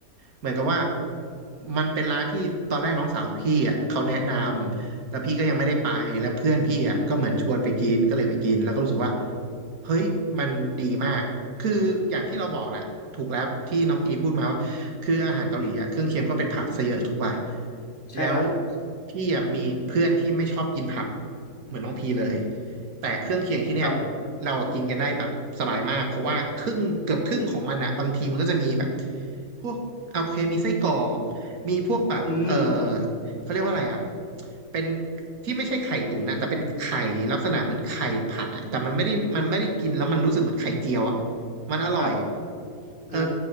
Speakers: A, on the right (about 80°); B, on the left (about 40°).
A: เหมือนกับว่ามันเป็นร้านที่ตอนแรกน้องสาวพี่อ่ะเขาแนะนำแล้วพี่ก็ยังไม่ได้ไปแล้วเพื่อนพี่อ่ะก็เหมือนชวนไปกินก็เลยไปกินแล้วก็รู้สึกว่าเฮ้ยมันดีมากคืออย่างที่เราบอกแหละถูกแล้วที่น้องพีพูดมาว่า คืออาหารเกาหลีอ่ะเครื่องเคียงก็เป็นผักซะเยอะถูกป่ะ
B: ใช่ครับ
A: แล้วพี่อ่ะมีเพื่อนที่ไม่ชอบกินผักเหมือนน้องพีเลยแต่เครื่องเคียงที่เนี่ย
B: ครับผม
A: เรากินกันได้แบบสบายมากเพราะว่าครึ่งเกือบครึ่งของมันอ่ะบางทีมันก็จะมีแบบพวกโอเคมีไส้กรอกมีพวกแบบเออ
B: อืม
A: เขาเรียกว่าอะไรอ่ะเป็นที่ไม่ใช่ไข่ตุ๋นนะแต่เป็นไข่ลักษณะเหมือนไข่ผัดอะแต่มันไม่ได้มันไม่ได้กินแล้วมันรู้สึกเหมือนไข่เจียวอะมันอร่อย
B: ครับ
A: เออ
B: อ่า